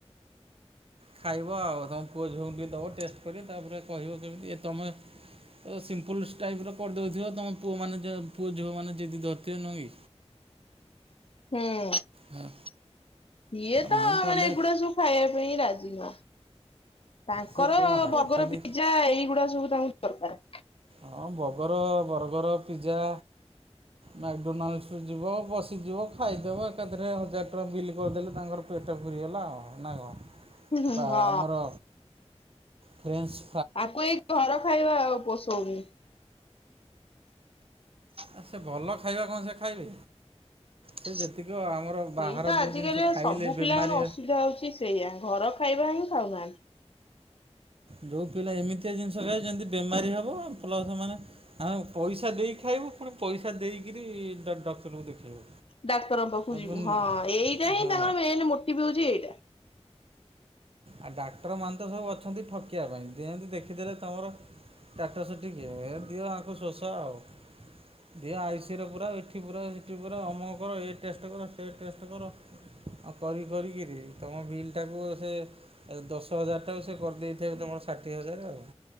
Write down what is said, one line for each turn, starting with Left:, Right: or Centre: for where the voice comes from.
Right: ଖାଇବ ଆଉ ତମ ପୁଅ ଝିଅଙ୍କୁ ଟିକେ ଦବ ଟେଷ୍ଟ କରି ତାପରେ କହିବ କେମିତି ତମେ ତ ସିମ୍ପଲ୍ ଟାଇପ୍ର କରିଦେଉଥିବ, ତୁମ ପୁଅମାନେ ପୁଅ ଝିଅମାନେ ଜିଦି ଧରିଥିବେ ନଁ କି?
Left: ହୁଁ
Right: ହଁ
Left: ଇଏ
Right: ଆଉ
Left: ତ
Right: ମୁଁ କଲେ
Left: ମାନେ ଏଗୁଡା ସବୁ ଖାଇବା ପାଇଁ ରାଜି ନୁହଁ। ତାଙ୍କର
Right: ସିଏ କଣ ଖାଇବେ
Left: ବର୍ଗର
Right: ଖାଲି
Left: ପିଜା ଏଇଗୁଡା ସବୁ ତାଙ୍କୁ ଦରକାର।
Right: ହଁ ବଗର ବର୍ଗର ପିଜା ମ୍ୟାକ୍ଡୋନାଲ୍ଡୁ ଯିବ ବସିଯିବ ଖାଇଦବ ଏକାଥରେ ହଜାର ଟଙ୍କା ବିଲ୍ କରିଦେଲେ ତାଙ୍କର ପେଟ ଫୁରିଗଲା ନା କଣ
Left: ହୁଁ ହୁଁ
Right: ବା
Left: ହଁ
Right: ଆମର ଫ୍ରେନ୍ସ
Left: ଆକୁ ଏଇ ଘର ଖାଇବା ଆଉ ପୋଷଉନି।
Right: ଆ ସେ ଭଲ ଖାଇବା କଣ ସେ ଖାଇବେ, ସେ ଯେତିକି ଆମର
Left: ସେଇ
Right: ବାହାର
Left: ତା
Right: ଯେଉଁ
Left: ଆଜିକାଲି
Right: ଜିନିଷ ଖାଇଲେ
Left: ସବୁ
Right: ବେମାରୀ
Left: ପିଲାଙ୍କର ଅସୁବିଧା ହଉଛି ସେଇଆ, ଘର ଖାଇବା ହିଁ ଖାଉନାହାନ୍ତି।
Right: ଯୋଉ ପିଲା ଏମିତିଆ ଜିନିଷ ଖାଇଚନ୍ତି ଯେମିତି ବେମାରୀ ହବ ପ୍ଲସ ମାନେ ଆଁ ପଇସା ଦେଇ ଖାଇବୁ ପୁଣି ପଇସା ଦେଇକରି ଡକ୍ଟରଙ୍କୁ ଦେଖେଇବୁ।
Left: ଡାକ୍ତରଙ୍କ ପାଖକୁ
Right: ଆ
Left: ଯିବୁ।
Right: ପୁଣି
Left: ହଁ ଏଇଟା ହିଁ
Right: ହଁ
Left: ତାଙ୍କର ମେନ୍ ମୋଟିଭ ହଉଛି ଏଇଟା।
Right: ଆଉ ଡାକ୍ତର ମାନେ ତ ସବୁ ଅଛନ୍ତି, ଠକିବା ପାଇଁ ଯେମତି ଦେଖିଦେଲେ ତମର ଟାଟସ ଟିକେ ଏ ଦିଅ ଆକୁ ଶୋଷ ଆଉ ଦିଅ ଆଇସିଉରେ ପୁରାଅ ଏଠି ପୁରାଅ ସେଠି ପୁରା ଅମକ କର ଏ ଟେଷ୍ଟ କର ସେ ଟେଷ୍ଟ କର ଆଉ କରି କରିକିରି ତମ ବିଲ୍ ସେଟାକୁ ସେ ଦଶ ହଜାର ଟାକୁ ସେ କରିଦେଇଥିବେ ତମର ଷାଠିଏ ହଜାର ଆଉ।